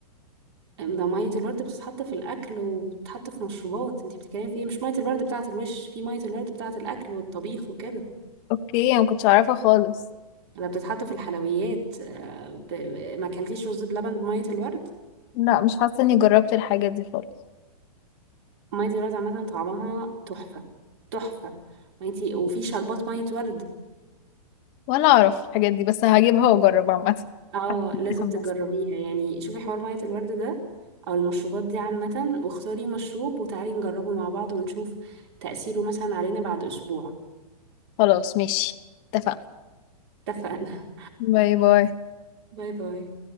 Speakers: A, on the right (about 40°); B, on the left (about 25°).
A: ده مية الورد بتتحط في الأكل وبتتحط في مشروبات انتي بتتكلمي في ايه مش مية الورد بتاعة الوش في مية الورد بتاعة الأكل والطبيخ وكده
B: اوكي انا مكنتش اعرفها خالص
A: ولا بتتحط في الحلويات آه، ب- ب- ما اكلتيش رز بلبن بمية الورد
B: لا مش حاسه اني جربت الحاجات دي خالص
A: مية الورد عامة طعمها تحفة تحفة وانتي وفي شربات مية ورد
B: ولا اعرف الحاجات دي بس هجيبها واجرب عامه
A: اه لازم
B: متحمسه
A: تجربيها يعني شوفي حوار مية الورد ده او المشروبات دي عامة واختاري مشروب وتعالي نجربه مع بعض ونشوف تأثيره مثلا علينا بعد اسبوع
B: خلاص ماشي اتفقنا
A: اتفقنا
B: باي باي
A: <laughs> باي باي